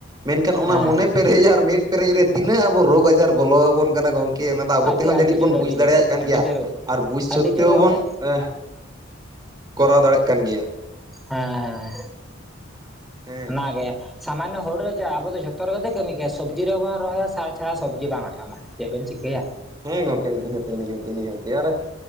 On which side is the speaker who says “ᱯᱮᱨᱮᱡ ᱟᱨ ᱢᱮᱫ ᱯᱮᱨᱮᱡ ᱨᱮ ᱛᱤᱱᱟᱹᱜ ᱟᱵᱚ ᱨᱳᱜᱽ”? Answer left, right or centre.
Right